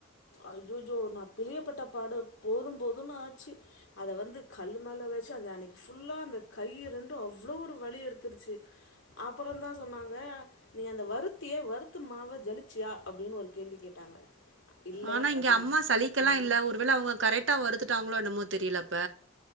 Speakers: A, on the left (about 70°); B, on the right (about 65°).
A: அய்சச்சோ நா பிழியப்பட்ட பாடு போதும் போதும்னு ஆச்சு அத வந்து கல்லு மேல வெச்சு அத அன்னெக்கி ஃபுல்லா அந்த கைய்யு ரெண்டு அவ்ளோ ஒரு வலி எடுத்துருச்சு அப்பறொந்தா சொன்னாங்க நீ அந்த வறுத்தியே வறுத்த மாவ ஜலிச்சியா அப்டின்னு ஒரு கேள்வி கேட்டாங்க இல்லை
B: ஆனா இங்க
A: அப்படின்னு
B: அம்மா சலிக்கெல்லா
A: எங்கள் அம்மா
B: இல்ல ஒருவேள அவ்ங்க கரெட்டா வறுத்துட்டாங்களோ என்னமோ தெரில அப்ப